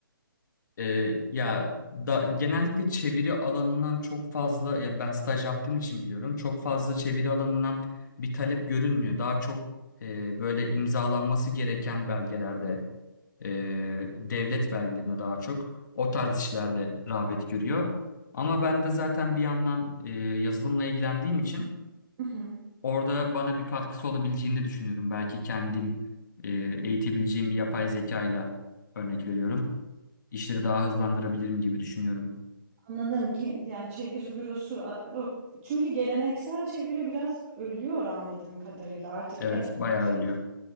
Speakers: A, on the left (about 55°); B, on the right (about 35°).
A: E, ya da genellikle çeviri alanından çok fazla ya ben staj yaptığım için biliyorum. Çok fazla çeviri alanından bir talep görülmüyor. Daha çok e, böyle imzalanması gereken belgelerde e, devlet belgelerine daha çok o tarz işlerde rağbet görüyor. Ama ben de zaten bir yandan e, yazılımla ilgilendiğim için
B: Hı hı.
A: orada bana bir katkısı olabileceğini de düşünüyorum. Belki kendim e, eğitebileceğim bir yapay zeka ile örnek veriyorum. İşleri daha hızlandırabilirim gibi düşünüyorum.
B: Anladım ki yani çeviri bürosu a- o- çünkü geleneksel çeviri biraz ölüyor anladığım kadarıyla artık
A: Evet,
B: epey
A: bayağı
B: bir şey.
A: ölüyor.